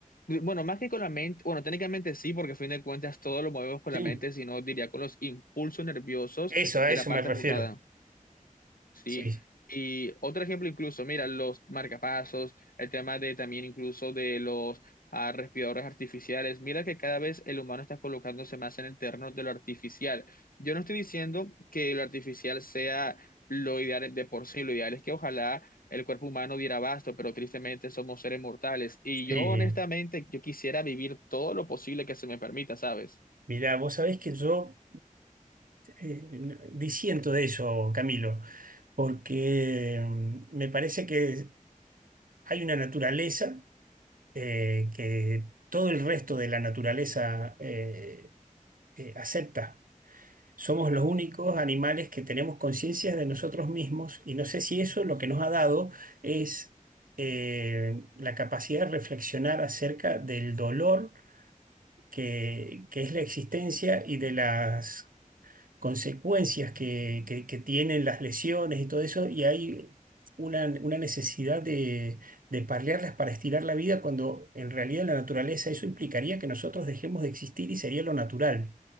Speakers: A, on the left (about 85°); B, on the right (about 75°).
A: Bueno, más que con la mente, bueno, técnicamente sí, porque a fin de cuentas todo lo movemos con
B: Sí,
A: la mente, sino diría con los impulsos nerviosos
B: eso, a
A: de
B: eso
A: la parte
B: me refiero.
A: amputada. Sí,
B: Sí,
A: y otro ejemplo incluso, mira, los marcapasos, el tema de también incluso de los ah, respiradores artificiales, mira que cada vez el humano está colocándose más en el terreno de lo artificial. Yo no estoy diciendo que lo artificial sea lo ideal de por sí, lo ideal es que ojalá el cuerpo humano diera abasto, pero tristemente somos seres mortales y yo
B: sí.
A: honestamente, yo quisiera vivir todo lo posible que se me permita, ¿sabes?
B: Mirá, vos sabés que yo eh, n- disiento de eso, Camilo, porque mm, me parece que hay una naturaleza eh, que todo el resto de la naturaleza eh, eh, acepta Somos los únicos animales que tenemos conciencia de nosotros mismos y no sé si eso lo que nos ha dado es eh, la capacidad de reflexionar acerca del dolor que, que es la existencia y de las consecuencias que, que- que tienen las lesiones y todo eso, y hay una, una necesidad de, de paliarlas para estirar la vida cuando en realidad en la naturaleza eso implicaría que nosotros dejemos de existir y sería lo natural.